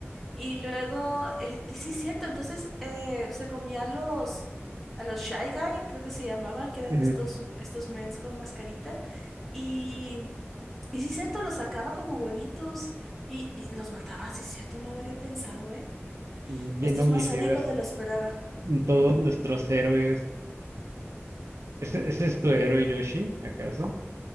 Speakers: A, in the centre; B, on the right (about 85°).
A: Y luego, eh, sí, cierto, entonces eh, se comía a los, a los Shy Guy, creo que se llamaban, que eran
B: Ujú.
A: estos, estos mens con mascarita. y Y sí, cierto, los sacaba como huevitos y, y los mataba, sí, cierto, no lo había pensado, ¿eh?
B: Bien
A: Esto
B: homicidas.
A: es más sádico de lo esperaba.
B: Todos nuestros héroes. ¿Ese, ese es tu héroe, Yoshi? ¿Acaso?